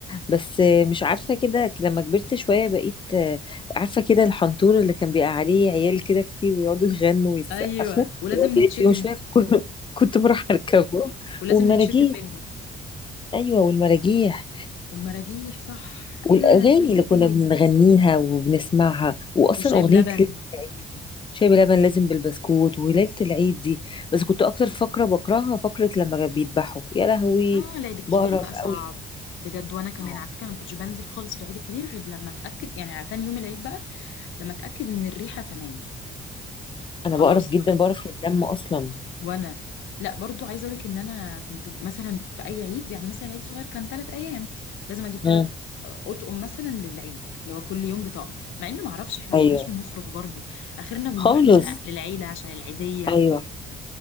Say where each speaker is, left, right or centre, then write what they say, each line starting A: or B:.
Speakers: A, on the left; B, on the left.
A: بس آه، مش عارفة كده لما كبرت شوية بقيت آه، عارفة كده الحنطور اللي كان بيبقى عليه عيال كده كتير ويقعدوا يغنوا ويسقفوا
B: ايوه ولازم
A: ويقعد يلف
B: نتشتم
A: يوم شوية <laughs> كنت كنت بروح أركبه
B: ولازم
A: والمراجيح
B: نتشتم منهم
A: أيوة والمراجيح
B: والمراجيح صح
A: اغاني
B: ايه ده انا ازاي نسيت
A: اللي كنا بنغنيها وبنسمعها واصلا
B: والشاي
A: اغنيه
B: بلبن
A: ليله العيد شاي بلبن لازم بالبسكوت وليله العيد دي بس كنت اكتر فقره بكرهها فقره لما كانوا بيذبحوا يا لهوي
B: اه العيد الكبير
A: بقرف
B: بقى
A: قوي
B: صعب بجد وانا كمان
A: اه
B: على فكره أنا ما كنتش بنزل خالص في العيد الكبير غير لما اتاكد يعني على تاني يوم العيد بقى لما اتاكد ان الريحه تمام
A: انا
B: خلاص
A: بقرف جدا بقرف من الدم اصلا
B: وانا لا برضو عايزه اقول لك ان انا كنت مثلا في اي عيد يعني مثلا عيد صغير كان ثلاث ايام لازم اجيب ثلاث
A: مم.
B: اطقم مثلا للعيد اللي هو كل يوم بطقم مع ان ما اعرفش احنا
A: ايوه
B: ما كناش بنخرج برضو اخرنا بنروح
A: خالص
B: للع... للعيله عشان العيديه
A: ايوه